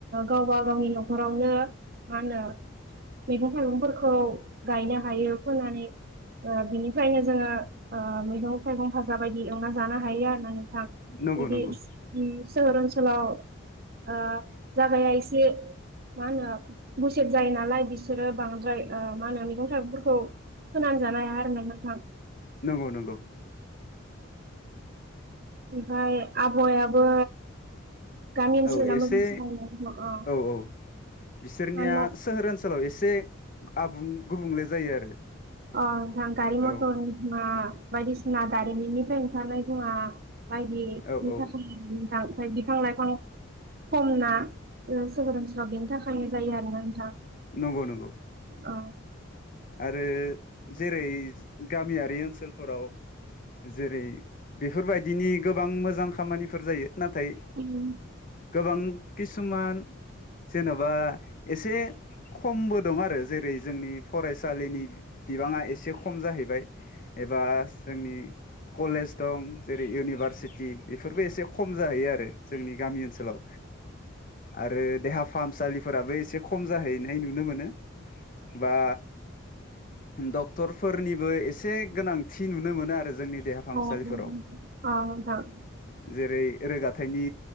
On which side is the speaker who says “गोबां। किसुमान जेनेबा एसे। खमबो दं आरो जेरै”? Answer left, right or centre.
Left